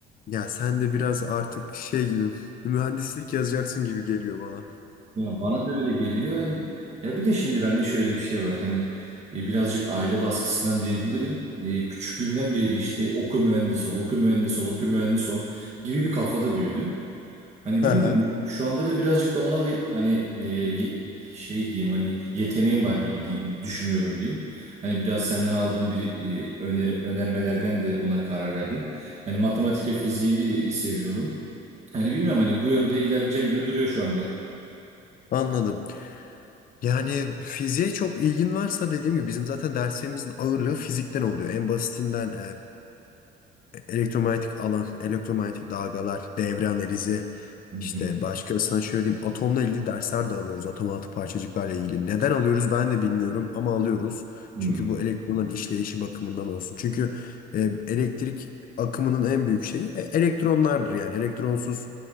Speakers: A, on the left (about 45°); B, on the right (about 35°).
A: Ya sen de biraz artık şey gibi mühendislik yazacaksın gibi geliyor bana.
B: Ya bana da öyle geliyor. Hani ya bir de şimdi bende şöyle bir şey var. Hani e, birazcık aile baskısından diyebilirim. E, küçüklüğümden beri işte oku mühendis ol, oku mühendis ol, oku mühendis ol gibi bir kafada büyüdüm. Hani
A: <laughs>
B: bilmiyorum
A: Aha.
B: şu anda da birazcık da ona da hani e, y- şey diyeyim hani yeteneğim var gibi diye, düşünüyorum diyeyim. Hani biraz senden aldığım bir e, öneri, önermelerden de buna karar verdim. Hani matematik ve fiziği seviyorum. Hani bilmiyorum hani bu yönde ilerleyeceğim gibi duruyor şu anda.
A: Anladım. Yani fiziğe çok ilgin varsa dediğim gibi bizim zaten derslerimizin ağırlığı fizikten oluyor. En basitinden elektromanyetik alan, elektromanyetik dalgalar, devre analizi,
B: Hı hı.
A: işte başka sana şöyle diyeyim atomla ilgili dersler de alıyoruz. Atom altı parçacıklarla ilgili. Neden alıyoruz ben de bilmiyorum ama alıyoruz.
B: Hmm.
A: Çünkü bu elektronların işleyişi bakımından olsun. Çünkü e, elektrik akımının en büyük şeyi e, elektronlardır yani. Elektronsuz,